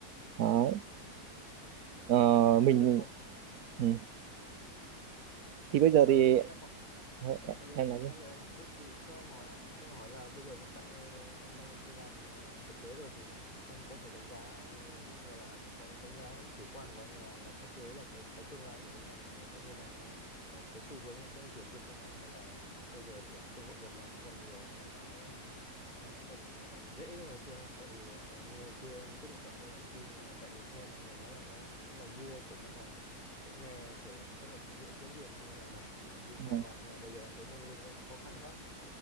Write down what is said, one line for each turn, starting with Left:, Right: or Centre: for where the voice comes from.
Right: đấy. Ờ,
Left: ờ
Right: mình
Left: dạ vâng
Right: ừ. thì bây giờ
Left: ờ,
Right: thì
Left: thì cho em
Right: ờ,
Left: Ờ, sorry
Right: em
Left: ngắt,
Right: nói
Left: ngắt
Right: đi
Left: lời anh một chút thì cho em hỏi ạ- cho em hỏi là bây giờ hiện tại anh đang đi làm ờ, thực tế rồi thì anh có thể đánh giá ờ, gọi là có đánh giá chủ quan của anh là là sắp tới là cái cái tương lai của cái ngành này nó sẽ như nào không anh? Kiểu cái xu hướng nó sẽ chuyển dịch như nào hay là bây giờ kiểu cơ hội việc làm nó còn nhiều hay là nó nó còn còn dễ như ngày xưa không anh? Tại vì là ngày xưa em quyết định chọn công nghệ thông tin là tại vì cũng nghe mọi người nói là nó cũng là vua của mọi ngành mà cũng nghe kiểu chắc là cũng dễ kiếm việc hay như nào đấy thì mới đi
Right: Ừ.
Left: theo vào nhưng mà bây giờ em thấy mông lung ấy khó khăn quá